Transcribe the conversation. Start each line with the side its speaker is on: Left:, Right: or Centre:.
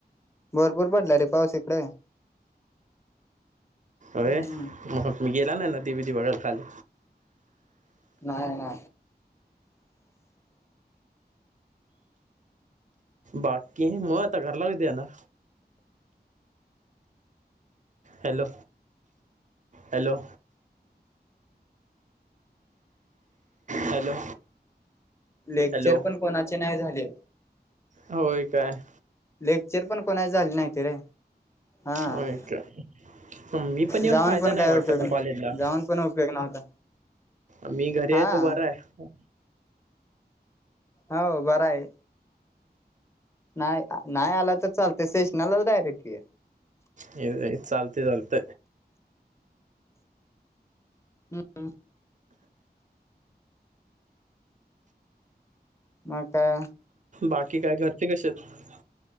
Left: भरपूर पडला रे पाऊस इकडे? हम्म
Right: अय म मी गेला ना ना दिबदिब गेल खाली.
Left: नाही ना,
Right: बाकी मग आता घरला कधी आला? Hello hello hello,
Left: lecture
Right: hello
Left: पण कोणाचे नाही झाले.
Right: होय काय.
Left: लेक्चर पण कोणा झाले नाहीत रे. हा
Right: होय काय, ह मी पण येऊन
Left: जाऊन
Right: फायदा नाही
Left: काय
Right: वाटत
Left: उपयोग
Right: मग
Left: नाही
Right: कॉलेजला?
Left: जाऊन पण उपयोग नव्हता
Right: मी घरी आहे
Left: हा
Right: तो बर आहे.
Left: हो बर आहे. नाही नाही आला तर चालत सेशनाला डायरेक्ट ये,
Right: ये ये चालतय चालत,
Left: हम् मकाय
Right: बाकी काय घरचे कसे आहेत?